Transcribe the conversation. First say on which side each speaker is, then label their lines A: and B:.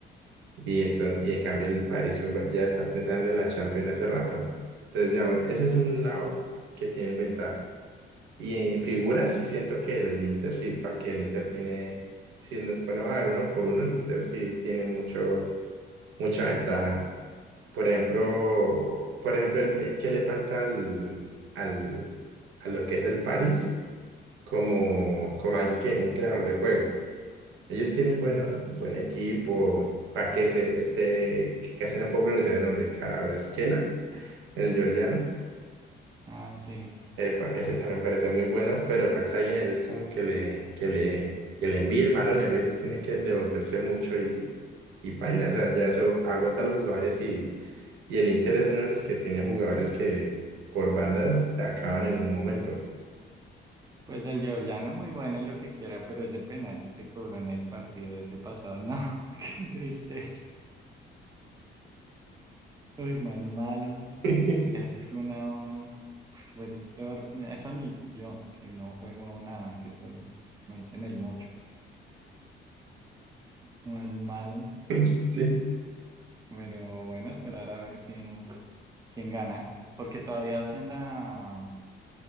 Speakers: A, on the right; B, on the right.
A: Y, entonces, y en cambio, el París pues, bueno, ya está pensando en la Champions hace rato. Entonces, digamos, ese es un lado que tiene ventaja. Y en figuras, sí siento que el Inter, sí, para que el Inter tiene, si nos ponemos a ver uno por uno, el Inter sí tiene mucho, mucha ventaja. Por ejemplo, por ejemplo, el, eh, ¿qué le falta al, al, a lo que es el Paris como, como alguien que un creador de juego? Ellos tienen bueno,
B: Mm, sí.
A: buen equipo, para que se, este, que casi no puedo pronunciar el nombre, Kvaratskhelia, el georgiano.
B: Ah, sí,
A: Epa, ese también parece muy bueno, pero falta alguien, ese es como que le, que le, que le envíe el balón, a veces tiene que devolverse mucho y, y baila, o sea, ya eso agota a los jugadores Y el Inter es uno de los que tiene jugadores que por bandas te acaban en un momento.
B: Pues el georgiano muy bueno y lo que quiera, pero ese penalti que cobró en el partido de ese pasado, no, <laughs> qué tristeza. Uy, más malo.
A: <laughs>
B: Pues es que es una, pues fue el peor, eso ni yo, que no juego nada, que soy, me dicen el mocho, más malo.
A: Sí,
B: Pero bueno, esperar a ver quién, quién gana, porque todavía hacen la,